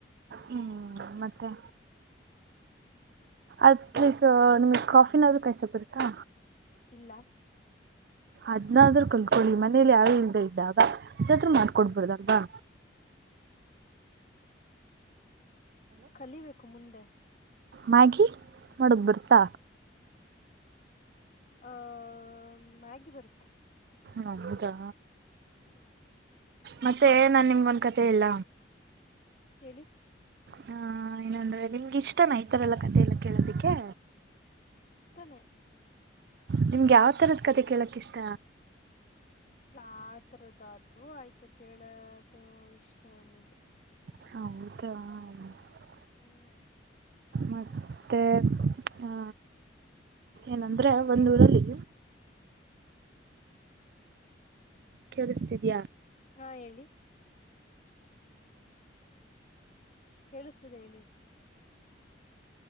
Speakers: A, on the right (about 55°); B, on the left (about 40°).
A: ಹ್ಮ್ ಮತ್ತೆ ಅಟ್ಲೀಸ್ ನಿಮಗ್ ಕಾಫಿನಾದ್ೂ ಕಾಯಸ ಬರುತ್ತಾ
B: ಇಲ್ಲ
A: ಅದ್ನಾದ್ರು ಕಲ್ಕೊಳ್ಳಿ ಮನೇಲಿ ಯಾರು ಇಲ್ದ ಇದ್ದಾಗ ಅದತ್ರರು ಮಾಡ್ಕೊಡ್ಬಾರದಲ್ವಾ
B: ಕಲಿಬೇಕು ಮುಂದೆ
A: ಮಾಗಿಿ ಮಾಡಾಕ ಬರ್ತಾ
B: ಆಹ ಮ್ಯಾಗಿ ಬರುತ್ತೆ
A: ಹೌದಾ
B: ಹ್ಮ್
A: ಮತ್ತೆ ನಾನ್ ನಿಮ್ಗೊಂದ್ ಕತೆ ಹೇಳ
B: ಹೇಳಿ
A: ಹಾ ಏನಂದ್ರೆ ನಿಮಗೆ ಇಷ್ಟ ನ ಈತರೆ ಎಲ್ಲಾ ಕಥೆಲ್ಲ ಕೇಳೋದಿಕ್ಕೆ
B: ಇಷ್ಟನೆೇ
A: ನಿಮ್ಗೆ ಯಾವ ತರದ್ ಕತೆೆ ಕೇಳಕ್ ಇಷ್ಟ
B: ಯ ತರದಾದ್ರು ಆಯ್ತು ಕೇಳದು ಇಷ್ಟ ನಮಗೆ
A: <unintelligible>
B: ಹ್ಮ್
A: ಮತ್ತೆ ಆ ಏನಂದ್ರೆ ಒಂದಊರಲ್ಲಿ ಕೇಳಿಸ್ತಿದ್ಯ
B: ಹಾ ಹೇಳಿ ಕೇಳಿಸ್ತಿದೆ ಹೇಳಿ